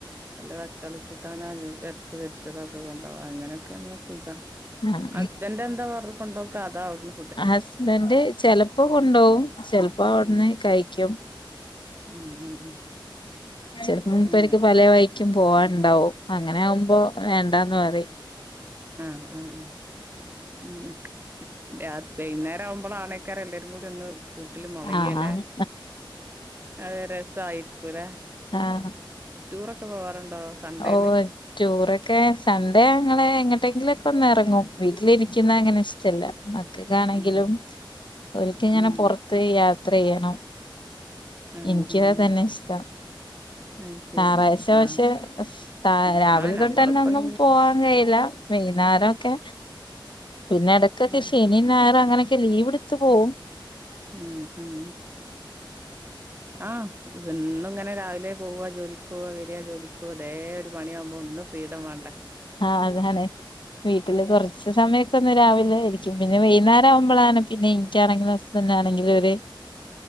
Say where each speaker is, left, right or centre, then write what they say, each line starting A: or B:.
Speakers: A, on the right; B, on the left.
A: വല്ല തക്കാളി കൂട്ടാനാ <unintelligible> വെരച്ചുപൊരിച്ചതൊക്കെ കൊണ്ടാവാ അങ്ങനൊക്കെയാണെങ്കി സുഖ
B: ആഹ്
A: ഹസ്ബെന്റ് എന്താ വറ് കൊണ്ടോക്ക അതാവിട്ന്ന്
B: ഹസ്ബന്റ് ചെലപ്പൊ കൊണ്ടോവും ചെലപ്പോ അവിടുന്ന്
A: ഉം
B: കഴിക്കും
A: ഉം ഉം ഉം
B: ചെലപ്പം മൂപ്പര്ക്ക്
A: അങ്ങനെ
B: പല വൈക്കും പോവാനുണ്ടാവും അങ്ങനെ ആവുമ്പോ വേണ്ടാന്ന് പറിം
A: ആഹ് ആഹ് ആഹ് അങ്ങനെക്ക് രാത് വൈകുന്നേരം ആവുമ്പളാണ് ക്കാരം എല്ലാരും കൂടൊന്ന് കൂട്ടില് മോളയ്യാല്ലേ
B: ആഹ്
A: അത് രസായിരിക്കൂലെ
B: ആഹ്
A: ടൂറൊക്കെ പോവാറുണ്ടോ സൺഡേയില്
B: ഓഹ് ടൂറൊക്കെ സൺഡേ ഞങ്ങള് എങ്ങട്ടെങ്കിലൊക്കെ ഒന്ന് എറങ്ങും വീട്ടിലിരിക്കുന്നതങ്ങനെ ഇഷ്ടല്ല മക്കൾക്കാണെങ്കിലും
A: ഉം
B: അവരക്ക് ഇങ്ങനെപൊറ
A: ഉം
B: ത്ത് യാത്രേയ്യണം
A: ഉം
B: ഇൻക്കും
A: ഉം
B: അതന്നെ
A: ഉം
B: ഇഷ്ടം
A: അത് ശരി
B: ഞായറാഴ്ച
A: ഉം ആഹ്
B: പഷേ ആഹ് രാവിലെ
A: ആഹ് നമ്മളിപ്പം
B: തൊട്ടന്നെ ഒന്നും പോ വാൻ കഴിയില്ല വൈന്നേരൊക്കെ പിന്നെ എടക്കെക്കെ
A: ആഹ്
B: ശനി ശനീം ഞായറു അങ്ങനൊക്കെ ലീവ് എടുത്ത് പോവും
A: ഉം ഹും. ആഹ് എന്നുങ്ങനെ രാവിലെ പോവാ ജോലിക്ക് പോവാ വരാ ജോലിക്കോ ഓതേ ഒരു പണിയാവുമ്പൊ ഒന്നു ഫ്രീഡം വേണ്ടെ
B: ആഹ് അതാണ് വീട്ടില് കൊർ ച്ച്സമയൊക്കെ ഒന്ന് രാവിലെ ഇരിക്കും പിന്നെ വൈന്നേരം ആവുമ്പളാണ് പിന്നെ എനിക്കാണെങ്കിലും ഹസ്ബന്റാണെങ്കിലും ഒര്